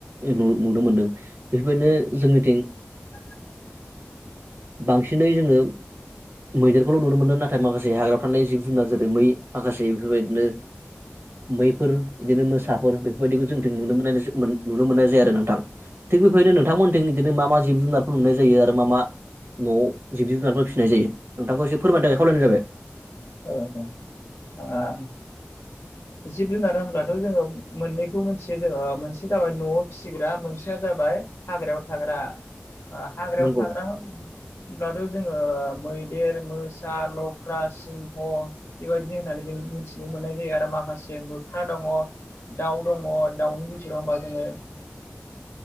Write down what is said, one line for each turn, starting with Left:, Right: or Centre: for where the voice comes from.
Right: इग नुनो मोनदों बेफोरबायदिनो जोंनिथिं
Left: <unintelligible>
Right: बांसिनै जोङो मैदेरखौल' नुनो मोनो नाथाय माखासे हाग्रा थानाय जिब जुनार जेरै मै माखासे बेफोरबायदिनो मैफोर बिदिनो मोसाफोर बेफोरबायदिखौ जों नुनो मोन नुनो मोननाय जाय आरो ना। थां थिग बेबायदिनो नोंथांमोनथिं बिदिनो मा-मा जिब जुनारफोर नुनाय जायो आरो मा-मा न'आव जिब जुनारफोर फिसिनाय जायो। नोंथांखौ एसे फोरमायनो थाखाय खावलायनाय जाबाय
Left: औ आ जिब जुनार होनब्लाथ' जोङो मोननैखौ मिथियो जोङो ओ मोनसेया जाबाय न'आव फिसिग्रा मोनसेया जाबाय हाग्रायाव थाग्रा। ओ हाग्रायाव
Right: नंगौ
Left: थाग्रा होनब्लाथ जोङो मैदेर मोसा लख्रा सिंह बेबायदि होननानै जों मिथिनो मोननाय जायो आरो माखासे माखासे मोख्रा दङ दाउ दङ दाउनि बिथोराव होमबा जोङो